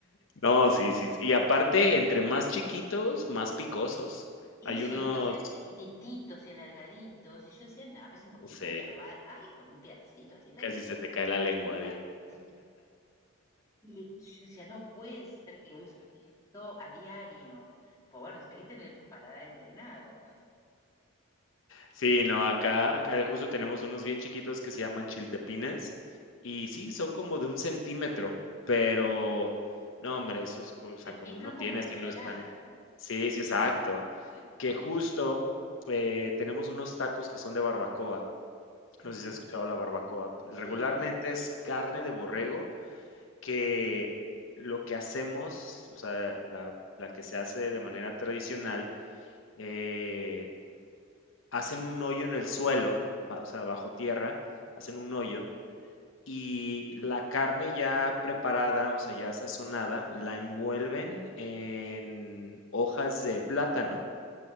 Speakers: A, on the left; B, on the left.
A: No, sí, sí, sí. Y aparte, entre más chiquitos, más picosos.
B: Eso,
A: Hay unos,
B: estos eran chiquititos y alargaditos, y yo decía, nada, pues un poquito
A: no sé,
B: de probar. Ay, con un pedacito así, parece
A: casi
B: que se...
A: se te cae la lengua de
B: Sí, Y yo decía, no puede ser que usen esto a diario. Pues bueno, es que hay que tener el paladar entrenado.
A: Sí, no, acá acá justo tenemos unos bien chiquitos que se llaman chiltepines, y sí, son como de un centímetro, pero no, hombre, esos co o sea,
B: Te pican
A: con uno tienes
B: como una tonelada.
A: y no están Sí, sí, exacto.
B: <laughs>
A: Que justo, eh, tenemos unos tacos que son de barbacoa,
B: Mm,
A: No sé si has escuchado la barbacoa. Regularmente
B: sí.
A: es carne de borrego que lo que hacemos, o sea, la la que se hace de manera tradicional, eh, hacen un hoyo en el suelo, ba o sea, bajo tierra, hacen un hoyo y la carne ya preparada, o sea, ya sazonada, la envuelven en hojas de plátano